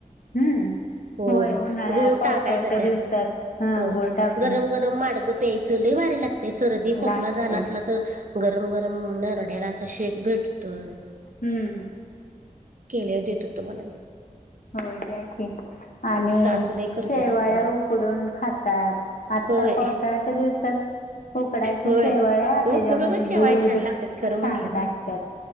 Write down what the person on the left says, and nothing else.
हम्म.
उन्हाळ्या
पावसाळ्याच्या
दिवसात हा
गुळ टाकून
लागते.
हम्म
होय ते आहे की. आणि
शेवाळ्या
उकडून खातात. आत्ता
पावसाळ्याच्या दिवसात उकडायच्या
शेवाळ्या. त्याच्यामध्ये
दूध
छान
लागत्यात‌.